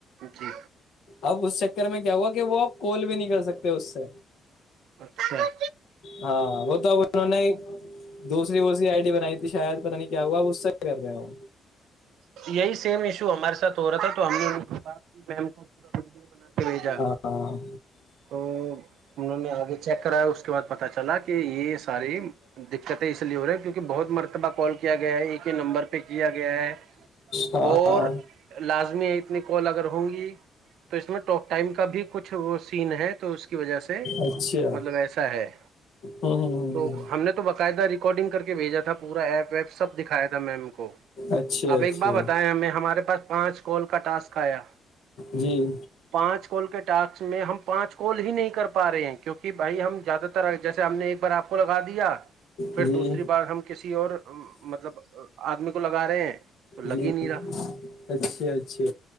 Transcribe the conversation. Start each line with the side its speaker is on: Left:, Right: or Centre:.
Right: جی
Left: آؤ اس چکر میں کیا ہوا کہ بو اب کال بھی نہیں کر سکتے اس سے
Right: اچھا
Left: ہاں وہ تو اب انہوں نے دوسری بوسری آئی ڈٹی بنائی تھی شاید پتا نہیں کیا ہوا اس سے کر رہے ہو
Right: یہی سیم ایشو ہمارے سات ہو رہا تھا تو ہم نے ان سے بات کی میم کو پورا ویڈیو بناانا بھیجا
Left: ہاں
Right: تو انہوں نے آگے چیک کرایا اس کے بعد پتا چلا کہ یہ ساری دقتیں اس لیے ہو رہی کیونکہ بہت مرتبہ کال کیا گیا ہے ایک ہی نمبر پہ کیا گیا ہے
Left: ہاں
Right: اور لازمی اتنی کال اگر ہوں گی تو اس میں ٹاپ ٹائم کا بھی کچھ وہ سین ہے تو اس کی وجہ سے
Left: اچھا
Right: مطلب ایسا ہے
Left: ہ ہ
Right: تو ہم نے تو باقاعدہ ریکارڈنگ کر کے بھیجا تھا پورا ایپ ویپ سب دکھایا تھا م کو
Left: اچھا اچھا
Right: ایک بار بتایا ہمیں ہمارے پاس پانچ کوول کا ٹاسک آیا
Left: جی
Right: پانچ کولک ٹسک میں ہم پانچ کال ہی نہیں کر پا رہے ہیں کیونک بھائی ہم زیادہ تر جیسے ہم نے ایک بار آپ کو لگا دیا پھر
Left: جی
Right: دوسری بار ہم کسی اور مطلب آدمی کو لگا رہے ہیں تو لگ
Left: جی
Right: ہی نہیں رہا
Left: اچھے اچھے